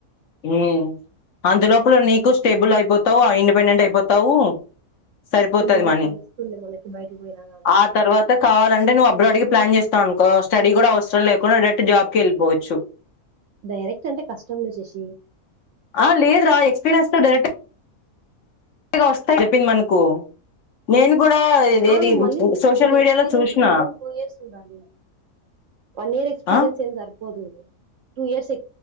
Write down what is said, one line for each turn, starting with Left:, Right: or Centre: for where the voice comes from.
Left: ఉ అంతలోపల నీకు స్టేబుల్ అయిపోతావు ఆ ఇండిపెండెంట్ అయిపోతావు సరిపోతది
Right: మళ్ళ
Left: మనీ
Right: తెలుస్తుంది మనకి బయటికి పోయినా గాని
Left: ఆ తర్వాత కావాలంటే నువ్వు అప్ ఫిబ్రవరికి ప్లాన్ చేస్తాం అనుకో స్టడీ కూడా అవసరం లేకుండా డైరెక్ట్ జాబ్కిి వెళ్ళిపోవచ్చు
Right: డైరెక్ట్ అంటే కష్టంలో చేష్
Left: ఆ లేదు రా ఎక్స్పీరియన్స్ తో డైరెక్ట్ గా వస్తాయి చెప్పింది మనకు నేను కూడా ఇదేది
Right: అవును మళ్ళీ
Left: సోషల్
Right: నీకు
Left: మీడియాలో
Right: ఎక్స్పీరియన్స్
Left: చూసిన
Right: కూడా మినిమం పోయోసి గాని వన్ ఇయర్ ఎక్స్పీరియన్స్
Left: ఆ
Right: ఏం సరిపోదు టూ ఇయర్ స్ ఏ